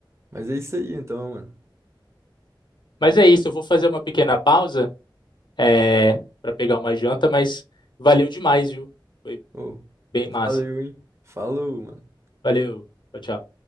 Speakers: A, on the right; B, on the left.
A: Mas é isso aí então, mano.
B: Mas é isso, eu vou fazer uma pequena pausa. é, para pegar uma janta, mas valeu demais, viu? Foi
A: Ô,
B: bem
A: valeu,
B: massa.
A: hein? Falou, mano.
B: Valeu. Tchau, tchau.